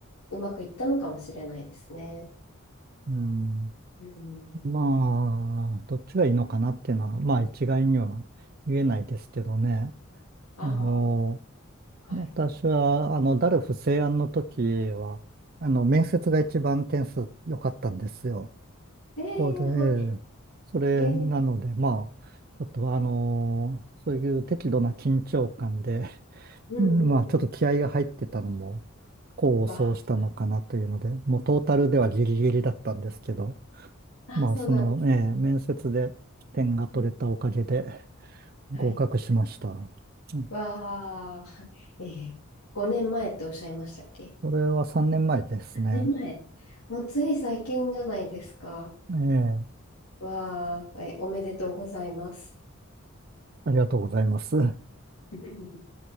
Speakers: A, on the left; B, on the right.
A: うまくいったのかもしれないですね。
B: うん。
A: うん。
B: まあ、どっちがいいのかなっていうのは、まあ、一概には言えないですけどね。
A: ああ、
B: あの、
A: はい。
B: 私は、あの、ダルフ西安の時は、あの、面接が一番点数良かったんですよ。
A: ええー、
B: こうで、え
A: はい。
B: えそれなので、
A: ええ
B: まあ、ちょっとあのーそういう適度な緊張感で、<laughs>
A: うんうんうん。
B: うんまあ、ちょっと気合が入ってたのも、功を奏したのかなというので、
A: わあ、
B: もうトータルではギリギリだったんですけど、
A: あ、
B: まあ、
A: そうなんですね。
B: その、ええ面接で点が取れたおかげで
A: うんはい。
B: 合格しました。うん、
A: わあ、ええ5年前っておっしゃいましたっけ
B: それは3年前ですね。
A: ?5 年前。もうつい最近じゃないですか。
B: ええ
A: わあ、え、おめでとうございます。
B: ありがとうございます。
A: <laughs>